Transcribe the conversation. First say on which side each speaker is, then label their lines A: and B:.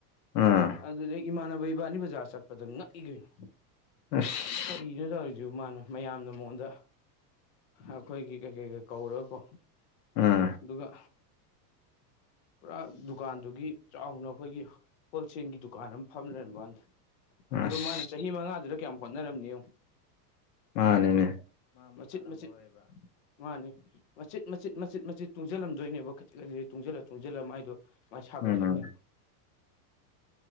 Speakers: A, on the left; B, on the left.
A: ꯎꯝ
B: ꯑꯗꯨꯩ ꯏꯃꯥꯟꯅꯕ ꯏꯕꯥꯅꯤ ꯕꯖꯥꯔ ꯆꯠꯄꯗ ꯉꯛꯏꯗꯣꯏꯅꯣ
A: ꯑꯁ
B: ꯀꯔꯤꯅꯣ ꯇꯧꯔꯤꯁꯤ ꯃꯥꯅ ꯃꯌꯥꯝꯅ ꯃꯉꯣꯟꯗ ꯑꯩꯈꯣꯏꯒꯤ ꯀꯩꯀꯩꯒ ꯀꯧꯔꯀꯣ
A: ꯎꯝ
B: ꯑꯗꯨꯒ ꯄꯨꯔꯥ ꯗꯨꯀꯥꯟꯗꯨꯒꯤ ꯆꯥꯎꯅ ꯑꯩꯈꯣꯏꯒꯤ ꯍꯣꯜꯁꯦꯜꯒꯤ ꯗꯨꯀꯥꯟ ꯑꯃ ꯐꯝ ꯂꯩꯔꯝꯕ ꯀꯥꯟꯗ
A: ꯑꯁ
B: ꯑ ꯃꯥꯅ ꯆꯍꯤ ꯃꯉꯥꯗꯨꯗ ꯀꯌꯥꯝ ꯍꯣꯠꯅꯔꯝꯅꯤ
A: ꯃꯥꯅꯦꯅꯦ
B: ꯃꯆꯤꯠ ꯃꯆꯤꯠ ꯃꯥꯅꯦ ꯃꯆꯤꯠ ꯃꯆꯤꯠ ꯃꯆꯤꯠ ꯃꯆꯤꯠ ꯇꯨꯡꯁꯤꯜꯂꯝꯗꯣꯏꯅꯦꯕ ꯖꯤꯛ ꯀꯖꯤ ꯇꯨꯡꯁꯤꯜꯂ ꯇꯨꯡꯁꯤꯜꯂ ꯃꯥꯏꯗꯣ ꯃꯥꯏ ꯁꯥꯒꯠꯂꯛꯏꯅꯦꯕ
A: ꯎꯝ